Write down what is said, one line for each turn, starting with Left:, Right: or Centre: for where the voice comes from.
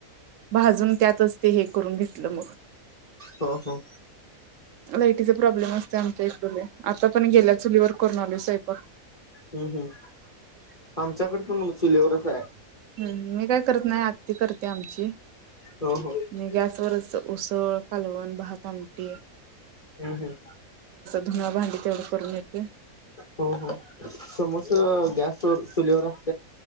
Right: भाजून त्यातच ते हे करून घेतलं मग.
Left: ह हो
Right: लायटीचे प्रॉब्लेम असतोय आमच्या इथ लयीत. आता पण गेल्या चुलीवर करून आलोय स्वय पाक.
Left: हम् हम्म आमच्याकडे पण चुलीवरच हाय.
Right: हम् मी काय करत नाही आत्ती करते. आमची
Left: हो हो हम्म
Right: मी गॅसवरचस उसळ, कालवण, भात, आमटी
Left: हम् हम्
Right: धुन भांडी तेवढं करून येतोय.
Left: हो हो समस् च गॅस वर चलीवरा